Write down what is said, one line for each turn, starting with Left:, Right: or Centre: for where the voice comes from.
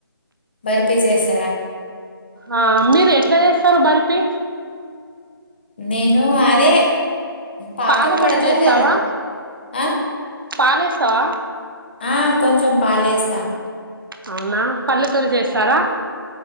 Left: బర్పిసెస్
Right: ఆ మీరు ఎట్ల చేస్తారు బరిపి
Left: నేను అదే పాకం
Right: పాలతోని
Left: పడతారు
Right: చేస్తావా
Left: కద అ
Right: పాలేస్తావా
Left: ఆ కొంచెం పాలేస్త
Right: అవునా పల్లి తోని చేస్తారా